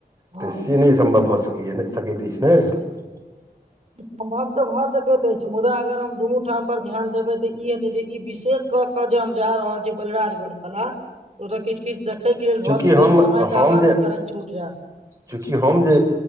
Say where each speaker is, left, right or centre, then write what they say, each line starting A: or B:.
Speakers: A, on the right; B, on the right.
A: हँ
B: तऽ से नहि सम्भव भ सकै ई ने सकी ने <unintelligible>
A: सम्भव तऽ भऽ सकैत अछि मुदा अगर हम दुनू ठाम पर ध्यान देबै तऽ ई हेतै जे ई विशेष कऽ कऽ जे हम जा रहल छी बलिराजगढ़ बला ओ तऽ किछु किछु देखयके लेल
B: चूँकि
A: भऽ सकै
B: हम
A: समयके
B: हम
A: अभाव
B: जे
A: के कारण छूट जायत
B: चूँकि हम जे